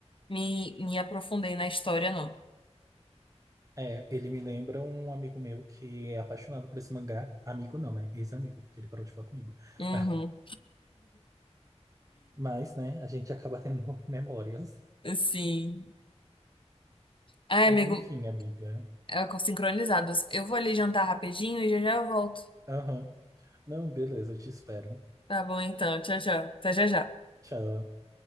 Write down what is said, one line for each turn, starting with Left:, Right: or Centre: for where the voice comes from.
Left: me, me aprofundei na história, não.
Right: É, ele me lembra um amigo meu que é apaixonado por esse mangá. Amigo não, né? Ex-amigo, porque ele parou de falar comigo.
Left: Uhum.
Right: <laughs> Mas, né, a gente acaba tendo <laughs> memórias.
Left: <laughs> Sim. Ai,
Right: Mas
Left: amigo,
Right: enfim, amiga.
Left: é com- sincronizados. Eu vou ali jantar rapidinho e já já eu volto.
Right: Aham. Não, beleza, te espero.
Left: Tá bom, então. Tchau, tchau. Até já já.
Right: Tchau.